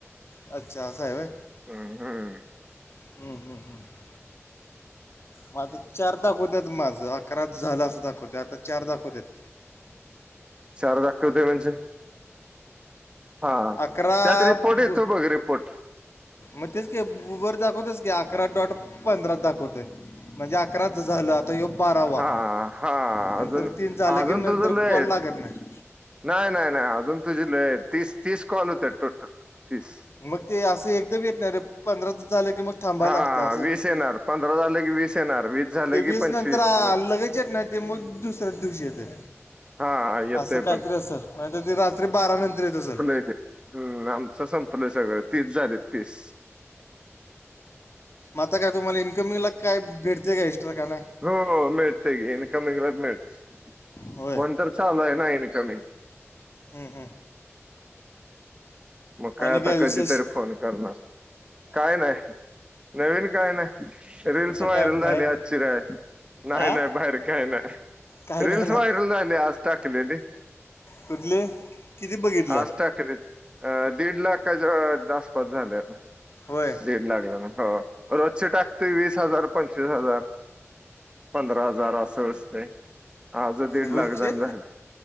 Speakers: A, on the left (about 60°); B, on the right (about 20°).
A: अच्छा अ अस आहे
B: हम हम
A: ह हं ह माझ चार दाखवत्यात माझं अकराच झालं अस दाखवते आता चार दाखवत्यात
B: शार आखते म्हणज हा
A: अकरा
B: त्यात रिपोर्ट येतो
A: ब-
B: बघ रिपोर्ट
A: मग तेच कायर दाखवतेच काी अकरा डॉट पंधरा दाखवत म्हणजे अकराच झालंता आता येऊ बारावा
B: हा हा
A: नंतर
B: अजून
A: तीन झाले
B: अजून
A: की नंतर
B: तुझं लय
A: कॉल
B: आहेत
A: लागत नाही
B: नाही नाही नाही अजून तुझी तीस तीस को आल होत टोट तीस
A: मग ते असं एकदा भी येतणार रे पंधरा दि झालं की मग थांबाय
B: हा
A: लागते अस
B: वीस येणार पंधरा झालं की वीस येणार वीस झालं
A: ते
B: की
A: वस
B: पंचवीस
A: नंतर आलं
B: मग
A: त नाही ते मग दुसऱ्याच दिवशी येते
B: हा येतय
A: असं काहीतरी
B: पण
A: अस सर नाही ते रात्री बारा नंतर येतं सर
B: म् आमच संपलं सगळं तीस झाले तीस
A: आता काय तुम्हाला इन्कमिंगला काय भेटते का एस्ट्रा का नाही
B: हो मिळते ग इनकमी गला मिळते
A: होय
B: म्हण तर चालू आहे ना इनकमी
A: हम् हम
B: मग काय
A: आणि
B: आता
A: विशेष
B: कधीतरी फोन करणारस काय नाही नवीन काय ना रीलस
A: कुठं
B: व्हायरल
A: काय बाहेर
B: झाले आजचीिरय नाही
A: हा
B: नाही बाहेर काही नाही
A: काय
B: रीलस
A: नाही ना
B: व्हायरल झाले आज टाकलेली
A: कुठली किती बघितलं
B: आजा ख अ दीड लाखाच्या आस्पात झाल्या
A: होय
B: दड लाग ना हो रोजचे टाकते वीस हजार प पवीस हजार पंधरा हजार असं असते आज दीड
A: रोजचे
B: लाख जण झाले